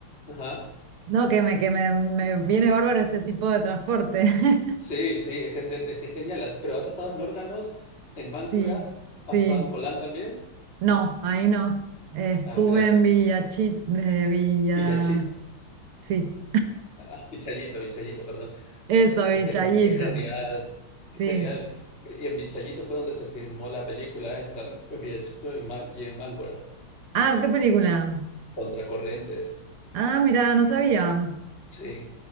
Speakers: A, on the left; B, on the right.
A: Ajá.
B: no, que me, que me, me viene bárbaro ese tipo de transporte. <laughs>
A: Sí, sí, es que es, gen- es que es genial. Has- Pero has estado en órganos, en Máncora,
B: Sí, sí.
A: has estado en Colán también.
B: No, ahí no. Eh,
A: Ah,
B: estuve
A: mira,
B: en Villa Chi- eh, Villa...
A: Villachito,
B: Sí,
A: ah, Vichayito, Vichayito, perdón.
B: eso,
A: Eh,
B: Villachito.
A: Qué, gen- qué genial, qué
B: Sí.
A: genial. Y en Vichayito fue donde se filmó la película esta, en Villachito y, Mar- y en Máncora,
B: Ah, ¿qué película?
A: Contracorrientes.
B: Ah, mira, no sabía.
A: Sí,